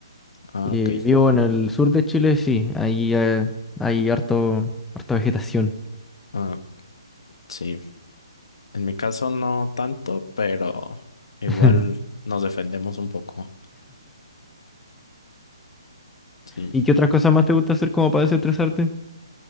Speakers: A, on the left; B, in the centre.
A: Ah,
B: Eh,
A: ok.
B: vivo en el sur de Chile, sí, ahí eh, hay harto, harta vegetación.
A: Ah, sí. En mi caso no tanto, pero igual
B: <laughs>
A: nos defendemos un poco. Sí.
B: ¿Y qué otras cosas más te gusta hacer como para desestresarte?